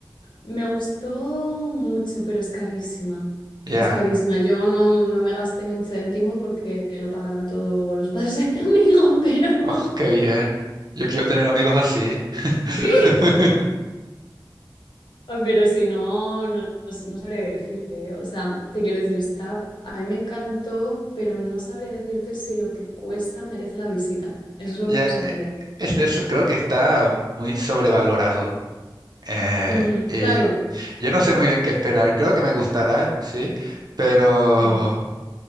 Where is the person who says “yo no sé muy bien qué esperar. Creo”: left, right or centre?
Right